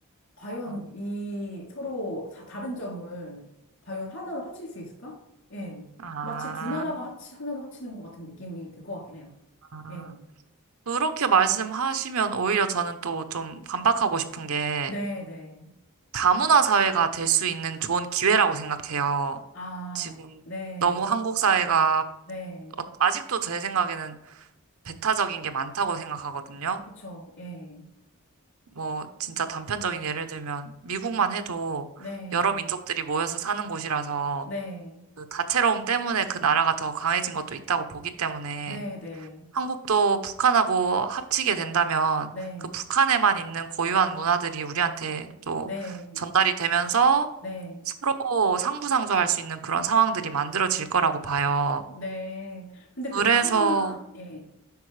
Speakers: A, on the left; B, on the right.
A: 과연
B: 어,
A: 이 서로 자- 다른 점을 과연 하나로 합칠 수 있을까? 예.
B: 아,
A: 마치 두 나라가 합치, 하나로 합치는 것 같은 느낌이 들 것 같긴 해요.
B: 아.
A: 예.
B: 그렇게 말씀하시면 오히려 저는 또 좀 반박하고 싶은 게
A: 네, 네.
B: 다문화 사회가 될 수 있는 좋은 기회라고 생각해요.
A: 아,
B: 지금
A: 네.
B: 너무 한국 사회가
A: 네.
B: 어- 아직도 제 생각에는 배타적인 게 많다고 생각하거든요.
A: 그쵸. 예.
B: 뭐 진짜 단편적인 예를 들면 미국만 해도
A: 네.
B: 여러 민족들이 모여서 사는 곳이라서
A: 네,
B: 그 다채로움 때문에 그 나라가 더 강해진 것도 있다고 보기 때문에
A: 네, 네,
B: 한국도 북한하고 합치게 된다면
A: 네,
B: 그 북한에만 있는 고유한 문화들이 우리한테 또
A: 네,
B: 전달이 되면서
A: 네,
B: 서로 상부상조할 수 있는 그런 상황들이 만들어질 거라고 봐요.
A: 네. 근데 그
B: 그래서
A: 다문화, 예.